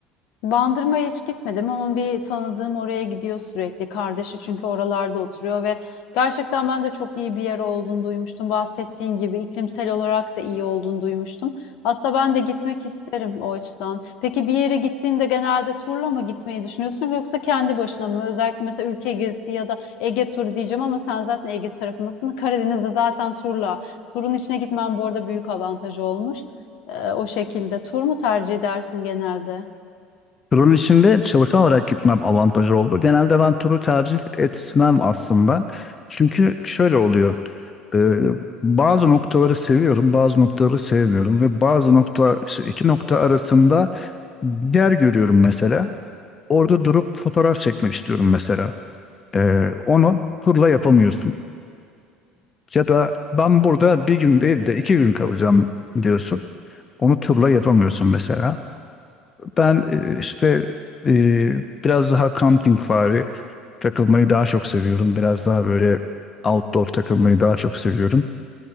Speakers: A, on the left; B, on the left.
A: Bandırma'ya hiç gitmedim ama bir tanıdığım oraya gidiyor sürekli. Kardeşi çünkü oralarda oturuyor ve gerçekten ben de çok iyi bir yer olduğunu duymuştum. Bahsettiğin gibi iklimsel olarak da iyi olduğunu duymuştum. Aslında ben de gitmek isterim o açıdan. Peki bir yere gittiğinde genelde turla mı gitmeyi düşünüyorsun yoksa kendi başına mı? Özellikle mesela ülke gezisi ya da Ege turu diyeceğim ama sen zaten Ege tarafındasın. Karadeniz'de zaten turla. Turun içine gitmen bu arada büyük avantajı olmuş. Ee, o şekilde tur mu tercih edersin genelde?
B: Turun içinde çalışan olarak gitmem avantajı oldu. Genelde ben turu tercih etmem aslında. Çünkü şöyle oluyor. Ee, bazı noktaları seviyorum, bazı noktaları sevmiyorum ve bazı nokta işte iki nokta arasında bir yer görüyorum mesela. Orada durup fotoğraf çekmek istiyorum mesela. Ee, onu turla yapamıyorsun. Ya da ben burada bir gün değil de iki gün kalacağım diyorsun. Onu turla yapamıyorsun mesela. Ben e, işte e, biraz daha campingvari takılmayı daha çok seviyorum. Biraz daha böyle outdoor takılmayı daha çok seviyorum.